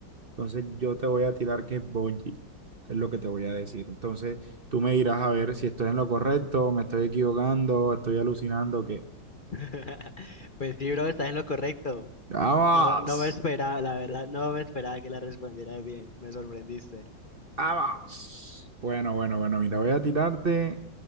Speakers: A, on the right; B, on the left.
A: Entonces yo te voy a tirar que es Bungie, es lo que te voy a decir. Entonces tú me dirás a ver si estoy en lo correcto, me estoy equivocando, estoy alucinando, que
B: <laughs> Pues sí, bro, estás en lo correcto.
A: ¡Vamos!
B: No, no me esperaba, la verdad, no me esperaba que la respondieras bien. Me sorprendiste.
A: ¡Vamos! Bueno, bueno, bueno, mira, voy a tirarte